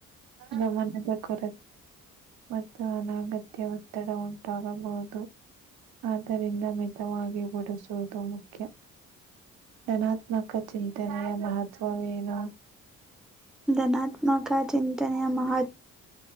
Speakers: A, on the right; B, in the centre.
A: ದಮನದ ಕ ಮತ್ತು ಅನಗತ್ಯ ಒತ್ತಡ ಉಂಟಾಗಬಹುದು ಆದ್ದರಿಂದ ಮಿತವಾಗಿ ಬಿಡಿಸುವುದು ಮುಖ್ಯ ಧನಾತ್ಮಕ ಚಿಂತನೆಯ ಮಹತ್ವವೇನು
B: ಧನಾತ್ಮಕ ಚಿಂತನೆಯ ಮಹಾತ್